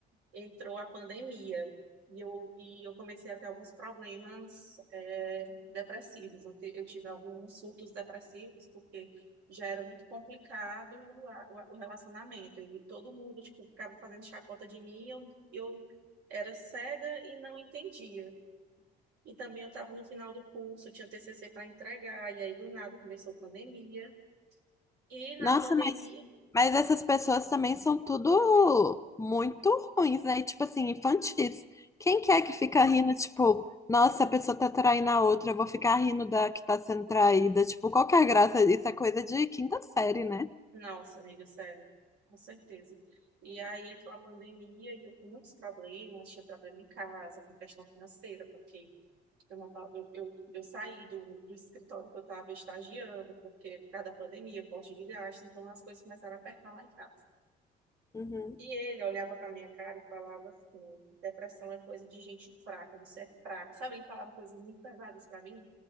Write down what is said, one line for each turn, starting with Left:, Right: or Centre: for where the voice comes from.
Right: entrou a pandemia e eu, e eu comecei a ter alguns problemas é, depressivos. Eu, te- eu tive alguns surtos depressivos porque já era muito complicado a- o o relacionamento. E todo mundo tipo, ficava fazendo chacota de mim, eu, eu era cega e não entendia. E também eu estava no final do curso, tinha TCC para entregar, e aí do nada começou a pandemia. E na
Left: Nossa,
Right: pandemia,
Left: mas, mas essas pessoas também são tudo muito ruins, né? E, Tipo assim, infantis. Quem que é que fica rindo, tipo, nossa, a pessoa tá traindo a outra, eu vou ficar rindo da que tá sendo traída. Tipo, qual que é a graça? Isso é coisa de quinta série, né?
Right: Nossa, amiga, sério, com certeza. E aí entrou a pandemia e eu com muitos problemas, tinha problema em casa, com questão financeira, porque eu, não tava- eu, eu, eu saí do, do escritório que eu estava estagiando, porque por causa da pandemia, corte de gastos, então as coisas começaram a apertar lá em casa.
Left: Uhum.
Right: E ele olhava para minha cara e falava assim: depressão é coisa de gente fraca, você é fraca. Sabe, ele falava coisas muito pesadas para mim.